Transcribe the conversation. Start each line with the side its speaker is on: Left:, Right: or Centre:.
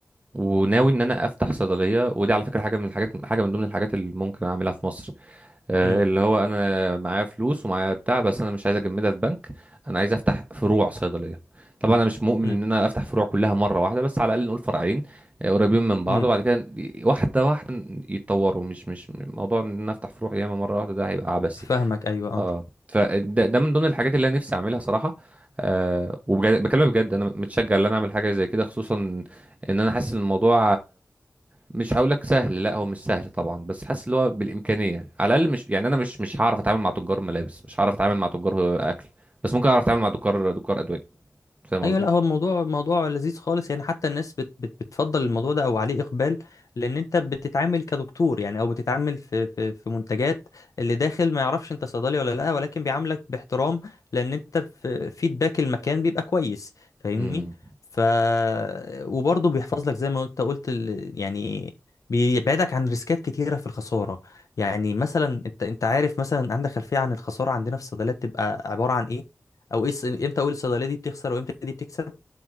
Right: وناوي
Left: امم
Right: ان انا افتح صيدليه ودي على فكره حاجه من الحاجات حاجه من ضمن الحاجات اللي ممكن اعملها في مصر آه،
Left: امم
Right: اللي هو انا معايا فلوس ومعايا بتاع بس انا مش عايز اجمدها في بنك انا عايز افتح فروع صيدليه طبعا انا مش مؤمن
Left: امم
Right: ان انا افتح فروع كلها مره واحده بس على الاقل نقول فرعين آه، قريبين من بعض
Left: امم،
Right: وبعد كده واحده واحده يتطوروا مش مش موضوع ان انا افتح فروع ياما مره واحده ده هيبقى عبثي
Left: فاهمك ايوه اه
Right: اه فده ده من ضمن الحاجات اللي انا نفسي اعملها صراحه آه وبجد بكلمك بجد انا متشجع ان انا اعمل حاجه زي كده خصوصا ان انا حاسس ان الموضوع مش هقولك سهل لا هو مش سهل طبعا بس حاسس اللي هو بالامكانيه على الاقل مش يعني انا مش مش هعرف اتعامل مع تجار ملابس مش هعرف اتعامل مع تجار اكل بس ممكن اعرف اتعامل مع دكار دكار ادويه فاهم قصدي
Left: ايوه لا هو الموضوع موضوع لذيذ خالص يعني حتى الناس بت بت بتفضل الموضوع ده او عليه اقبال لان انت بتتعامل كدكتور يعني او بتتعامل في في في منتجات اللي داخل ما يعرفش انت صيدلي ولا لا ولكن بيعاملك باحترام لان انت في فيدباك المكان بيبقى كويس فاهمني
Right: امم
Left: ف وبرضه بيحفظ لك زي ما انت قلت ال- يعني بيبعدك عن ريسكات كتيره في الخساره يعني مثلا انت انت عارف مثلا عندك خلفيه عن الخساره عندنا في الصيدليات بتبقى عباره عن ايه او ايه الص- امتى اقول الصيدليه دي بتخسر وامتى دي بتكسب